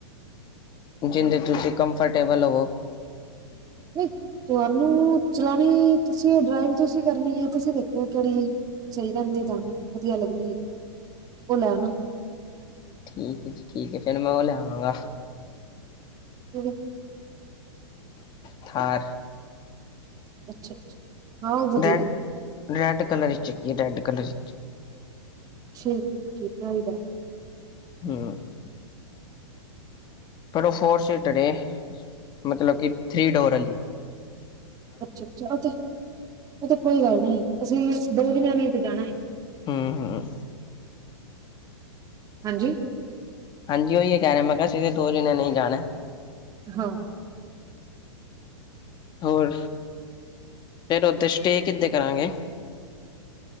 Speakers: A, on the left; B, on the right.
A: ਜਿੰਦੇ ਚ ਤੁਸੀਂ ਕਮਫਰਟੇਬਲ ਹੋੋਵੋ।
B: <inaudible> ਤੂਆਨੂੰ ਚਲਾਨੀ, ਤੁਸੀਂ ਡਰਾਈਵ ਤੁਸੀਂ ਕਰਨੀ ਏ, ਤੁਸੀਂ ਦੇਖੋ ਕੇੜੀ ਸਈ ਰੈਂਦੇ ਤੁਾਨੂੰ ਵਧੀਆ ਲੱਗਦੀ ਓ ਲੈਨਾ।
A: ਠੀਕ ਐ ਜੀ, ਠੀਕ ਐ ਫੇਰ ਮੈਂ ਓ ਲੀਆਵਾਂਗਾ।
B: <inaudible>
A: ਥਾਰ।
B: ਅੱਛਾ। ਹਾਂ ਉਹ ਵਧੀਆ
A: ਰੈਡ ਰੈਡ ਕਲਰ ਚ ਹੈਗੀ ਏ, ਰੈਡ ਕਲਰ ਚ।
B: ਠੀਕ, ਠੀਕ ਐ ਓਇ ਲੈ।
A: ਹੁੰ, ਪਰ ਓ ਫੋਰ ਸੀਟਰ ਏ। ਮਤਲਬ ਕਿ ਥ੍ਰਰੀ ਡੋਰ ਆਲੀ।
B: ਅੱਛਾ-ਅੱਛਾ, ਓ ਤੇ ਓ ਤੇ ਕੋਈ ਗੱਲ ਨੀ ਤੂੰਸੀਂ ਦੋ ਜਨਿਆਂ ਨੇ ਤੇ ਜਾਨੈ।
A: ਹੁੰ, ਹੁੰ।
B: ਹਾਂਜੀ
A: ਹੰਜੀ, ਓਈਓ ਕੈ ਰੇਯਾ, ਮੈਂ ਕੇਯਾ ਅਸੀ ਤੇ ਦੋ ਜਣੇਆਂ ਈ ਜਾਨੈ।
B: ਹਾਂ
A: ਹੋਰ ਫੇਰ, ਓਥੇ ਸਟੇ ਕਿੱਥੇ ਕਰਾਂਗੇ?